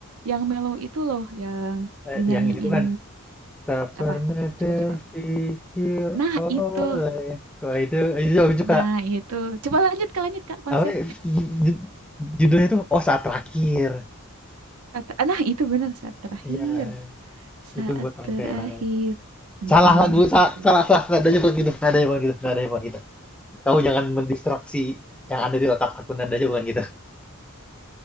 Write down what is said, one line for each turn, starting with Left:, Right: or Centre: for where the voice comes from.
Right: yang mellow itu loh, yang
Centre: Eh,
Right: dinyanyiin
Centre: yang itu kan Tak
Right: apa?
Centre: pernah
Right: Coba-coba.
Centre: terfikir
Right: Nah
Centre: oleh
Right: itu.
Centre: Kok itu itu jauh juga
Right: Nah, itu. Coba lanjut Kak, lanjut Kak konser.
Centre: apa ya, ju- judulnya tuh oh saat terakhir
Right: Saat, nah, itu benar saat terakhir.
Centre: iya
Right: Saat
Centre: itu buat orang
Right: terakhir.
Centre: kehilangan
Right: Mm-mm,
Centre: salah lagu
Right: gitu.
Centre: salah
Right: Kak.
Centre: salah, salah nadanya bukan gitu nadanya bukan gitu nadanya bukan gitu kamu jangan mendistraksi yang ada di otak aku nadanya bukan gitu